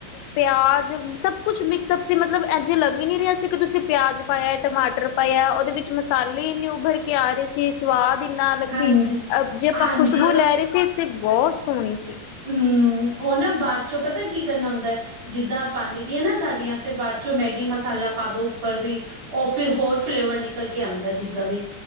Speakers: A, on the left (about 85°); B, on the right (about 45°).
A: ਪਿਆਜ ਸਭ ਕੁਛ ਮਿਕਸਅਪ ਸੀ ਮਤਲਬ ਇਜ ਲੱਗ ਹੀ ਨੀ ਰਿਹਾ ਸੀ ਕਿ ਤੁਸੀਂ ਪਿਆਜ ਪਾਇਆ, ਟਮਾਟਰ ਪਾਇਆ ਉਹਦੇ ਵਿੱਚ ਮਸਾ ਲੈ ਇਨ੍ਹੀਂ ਉਭਰ ਕੇ ਆ ਰਹੇ ਸੀ ਸਵਾਦ ਇਨ੍ਹਾ ਅਲਗ ਸੀ
B: ਹਾਂਜੀ।
A: ਅ ਜੇ ਆਪਾਂ
B: ਹਾਂਜੀ
A: ਖੁਸ਼ਬੂ ਲੈ ਰਹੇ ਸੀ ਤੇ ਬੌਤ ਸੋਹਣੀ ਸੀ।
B: ਹਮ ਉਹ ਨਾ ਬਾਦ ਚੋਂ ਪਤਾ ਕੀ ਕਰਨਾ ਹੁੰਦਾ ਜਿੱਦਾ ਬਣ ਗਈਆ ਨਾ ਸਾਡੀਆ ਤੇ ਬਾਦ ਚੋ ਮੈਗੀ ਮਸਾਲਾ ਪਾ ਦੋ ਉੱਪਰ ਦੀ। ਉਹ ਫਿਰ ਹੋਰ ਫਲੇਵਰ ਨਿਕਲ ਕੇ ਆਦਾ ਜਿੱਦਾ ਦੀ।